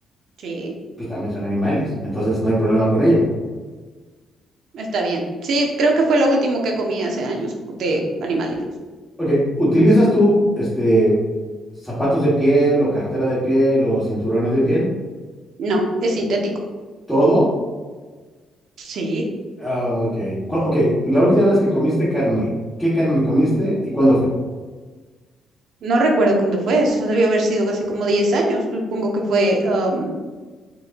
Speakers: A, on the right; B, in the centre.
A: Sí,
B: Pues también son animales, entonces no hay problema con ello.
A: está bien. Sí, creo que fue lo último que comí hace años de animales.
B: Ok, ¿utilizas tú este zapatos de piel o cartera de piel o cinturones de piel?
A: No, es sintético.
B: ¿Todo?
A: Sí,
B: Ah, ok. Cu- Ok, la última vez que comiste carne, ¿qué carne comiste y cuándo fue?
A: no recuerdo cuándo fue, eso debió haber sido hace como 10 años, supongo que fue am,